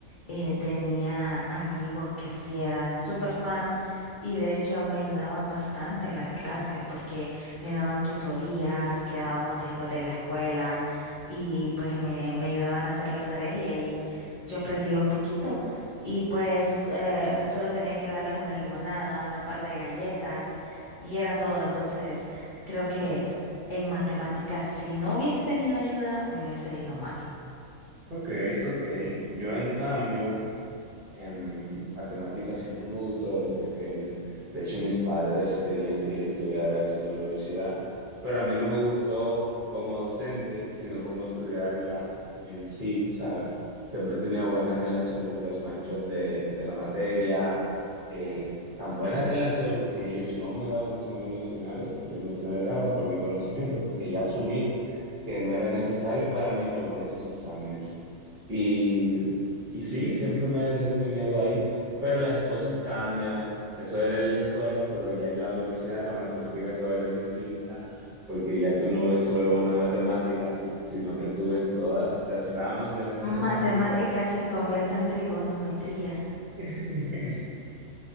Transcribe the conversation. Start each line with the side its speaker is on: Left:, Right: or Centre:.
Left: eh, tenía amigos que sí eran súper fan y de hecho me ayudaban bastante en las clases porque me daban tutorías, quedábamos después de la escuela y pues me, me ayudaban a hacer las tareas y ahí yo aprendía un poquito. Y pues eh, solo tenía que darles una limonada, una par de galletas y era todo. Entonces creo que en matemáticas, si no hubiese tenido ayuda, me hubiese ido mal.
Right: Ok, ok. Yo en cambio, En matemáticas siempre me gustó desde pequeño. De hecho, mis padres querían que yo estudiara eso en la universidad, pero a mí no me gustó como docente, sino como estudiarla en sí, tú sabes. Siempre tenía buena relación con los maestros de, de la materia, eh, tan buena relación que ellos no me daban exámenes finales, ellos me exoneraban por mi conocimiento, porque ya asumían que no era necesario para mí tomar esos exámenes. Y y sí, siempre me he desempeñado ahí, pero las cosas cambian. Eso era en la escuela, pero ya en la universidad la matemática se vuelve distinta, porque ya tú no ves solo una matemática, si- sino que tú ves todas las ramas de la matemática.
Left: Matemática se convierte en trigonometría
Right: <laughs>